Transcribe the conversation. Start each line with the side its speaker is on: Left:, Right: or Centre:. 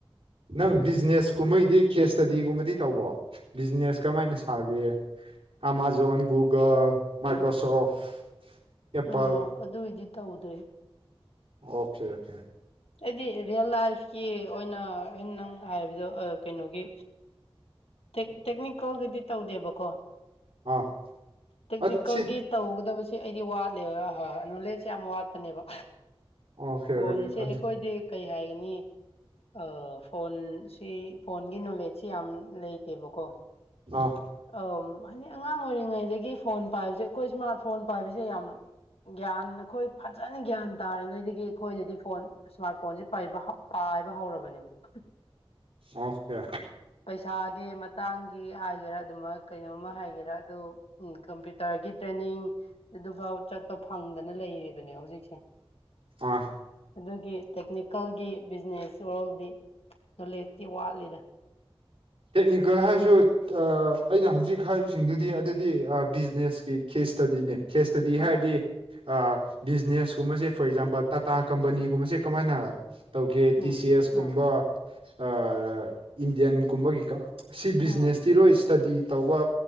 Right: ꯅꯪ ꯕꯤꯖꯤꯅꯦꯁ ꯀꯨꯝꯕꯩꯗꯤ ꯀꯦꯁ ꯁ꯭ꯇꯗꯤꯒꯨꯝꯕꯗꯤ ꯇꯧꯕꯣ ꯕꯤꯖꯤꯅꯦꯁ ꯀꯃꯥꯏꯅ ꯁꯥꯒꯦ ꯑꯃꯥꯖꯣꯟ ꯒꯨꯒꯥꯜ ꯃꯥꯏꯀ꯭ꯔꯣꯁꯣꯐ ꯑꯦꯄꯜ
Left: ꯑ ꯑꯗꯨꯏꯗꯤ ꯇꯧꯗ꯭ꯔꯦ
Right: ꯑꯣꯈꯦ ꯑꯣꯈꯦ
Left: ꯑꯩꯗꯤ ꯔꯤꯌꯦꯜ ꯂꯥꯏꯐꯀꯤ ꯑꯣꯏꯅ ꯑꯩꯅ ꯅꯪ ꯍꯥꯏꯕꯗꯣ ꯑꯥ ꯀꯩꯅꯣꯒꯤ ꯇꯦꯛ ꯇꯦꯛꯅꯤꯀꯜꯒꯤꯗꯤ ꯇꯧꯗꯦꯕꯀꯣ
Right: ꯑꯥ
Left: ꯇꯦꯛꯅꯤꯀꯜꯗꯤ
Right: ꯑꯁꯤ
Left: ꯇꯧꯒꯗꯕꯁꯤ ꯁꯤ ꯑꯩꯗꯤ ꯋꯥꯠꯂꯦꯕ ꯑꯍꯥ ꯅꯣꯂꯦꯖ ꯌꯥꯝ ꯋꯥꯠꯄꯅꯦꯕ
Right: ꯑꯣꯀꯦ
Left: ꯐꯣꯟꯁꯦ
Right: <unintelligible> ꯑꯗꯨ
Left: ꯑꯩꯈꯣꯏꯗꯤ ꯀꯩ ꯍꯥꯏꯒꯅꯤ ꯑ ꯐꯣꯟ ꯁꯤ ꯐꯣꯟꯒꯤ ꯅꯣꯂꯦꯖꯁꯤ ꯌꯥꯝ ꯂꯩꯇꯦꯕꯀꯣ
Right: ꯑꯥ
Left: ꯑꯧꯝ ꯍꯥꯏꯗꯤ ꯑꯉꯥꯡ ꯑꯣꯏꯔꯤꯉꯩꯗꯒꯤ ꯐꯣꯟ ꯄꯥꯏꯕꯁꯦ ꯑꯩꯈꯣꯏ ꯏꯁꯃꯥꯔꯠ ꯐꯣꯟ ꯄꯥꯏꯕꯁꯦ ꯌꯥꯝ ꯒ꯭ꯌꯥꯟ ꯑꯈꯣꯏ ꯐꯖꯅ ꯒ꯭ꯌꯥꯟ ꯇꯥꯔꯤꯉꯩꯗꯒꯤ ꯑꯩꯈꯣꯏꯗꯗꯤ ꯐꯣꯟ ꯏꯁꯃꯥꯔꯠ ꯐꯣꯟꯁꯦ ꯄꯥꯏꯕ ꯍꯧ ꯄꯥꯏꯕ ꯍꯧꯔꯕꯅꯦꯕ
Right: ꯑꯣꯀꯦ
Left: ꯄꯩꯁꯥꯗꯤ ꯃꯇꯥꯡꯒꯤ ꯍꯥꯏꯒꯦꯔꯥ ꯑꯗꯨꯃꯛ ꯀꯩꯅꯣꯝꯃ ꯍꯥꯏꯒꯦꯔꯥ ꯑꯗꯨ ꯎꯝ ꯀꯝꯄ꯭ꯌꯨꯇꯔꯒꯤ ꯇ꯭ꯔꯦꯅꯤꯡ ꯑꯗꯨꯐꯥꯎ ꯆꯠꯄ ꯐꯪꯗꯅ ꯂꯩꯔꯤꯕꯅꯦ ꯍꯧꯖꯤꯛꯁꯦ
Right: ꯑꯥ
Left: ꯑꯗꯨꯒꯤ ꯇꯦꯛꯅꯤꯀꯜꯒꯤ ꯕꯤꯖꯤꯅꯦꯁ ꯋꯥꯔꯜꯗꯤ ꯅꯣꯂꯦꯖꯇꯤ ꯋꯥꯠꯂꯤꯗ
Right: ꯇꯦꯛꯅꯤꯀꯜ ꯍꯥꯏꯔꯁꯨ ꯑꯥ ꯑꯩꯅ ꯍꯧꯖꯤꯛ ꯍꯥꯏꯕꯁꯤꯡꯗꯨꯗꯤ ꯑꯗꯨꯗꯤ ꯑꯥ ꯕꯤꯖꯤꯅꯦꯁꯀꯤ ꯈꯦꯁ ꯁ꯭ꯇꯗꯤꯅꯦ ꯈꯦꯁ ꯁ꯭ꯇꯗꯤ
Left: ꯑꯣ
Right: ꯍꯥꯏꯔꯗꯤ ꯑꯥ ꯕꯤꯖꯤꯅꯦꯁ ꯀꯨꯝꯕꯁꯦ ꯐꯣꯔ ꯑꯦꯛꯖꯥꯝꯄꯜ ꯇꯥꯇꯥ ꯀꯝꯄꯅꯤꯒꯨꯝꯕꯁꯦ ꯀꯃꯥꯏꯅ ꯇꯧꯒꯦ ꯇꯤ
Left: ꯎꯝ
Right: ꯁꯤ ꯑꯦꯁ
Left: ꯎꯝ
Right: ꯀꯨꯝꯕ ꯑꯥ ꯏꯟꯗꯤꯌꯥꯟꯒꯨꯝꯕꯒꯤ ꯀꯥ ꯁꯤ ꯕꯤꯖꯤꯅꯦꯁꯇꯤ
Left: ꯎꯝ
Right: ꯂꯣꯏ ꯁ꯭ꯇꯗꯤ ꯇꯧꯕ